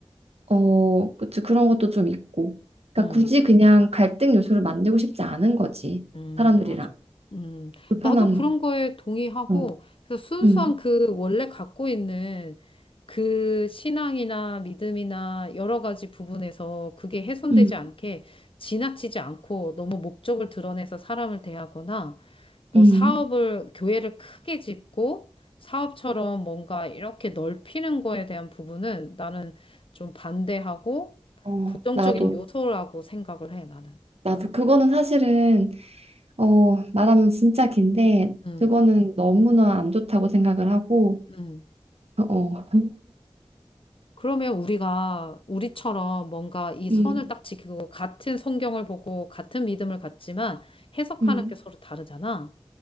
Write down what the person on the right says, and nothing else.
어, 그치, 그런 것도 좀 있고. 그러니까
굳이 그냥 갈등 요소를 만들고 싶지 않은 거지.
사람들이랑
불편한.
어,
음,
음,
음.
어,
나도.
나도 그거는 사실은 어 말하면 진짜 긴데
그거는 너무나 안 좋다고 생각을 하고
어
음,
음,